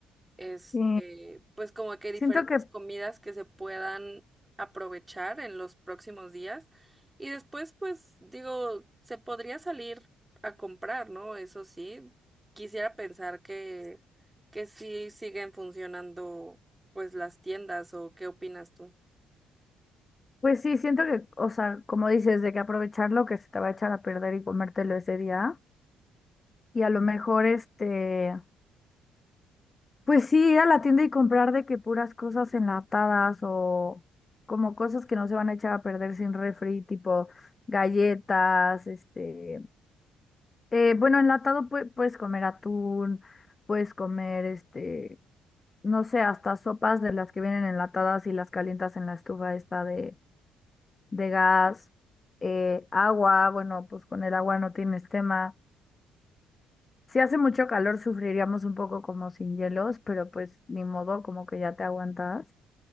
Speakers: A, on the right (about 15°); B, on the left (about 35°).
A: este,
B: Sí,
A: pues como que diferentes
B: siento que,
A: comidas que se puedan aprovechar en los próximos días. Y después, pues digo, se podría salir a comprar, ¿no? Eso sí, quisiera pensar que, que sí siguen funcionando pues las tiendas o qué opinas tú.
B: pues sí, siento que, o sea, como dices, de que aprovechar lo que se te va a echar a perder y comértelo ese día. Y a lo mejor este... Pues sí, ir a la tienda y comprar de que puras cosas enlatadas o como cosas que no se van a echar a perder sin refri, tipo galletas, este, eh, bueno, enlatado pue- puedes comer atún, puedes comer, este, no sé, hasta sopas de las que vienen enlatadas y las calientas en la estufa esta de, de gas, eh, agua, bueno, pues con el agua no tienes tema. Si hace mucho calor sufriríamos un poco como sin hielos, pero pues ni modo, como que ya te aguantas.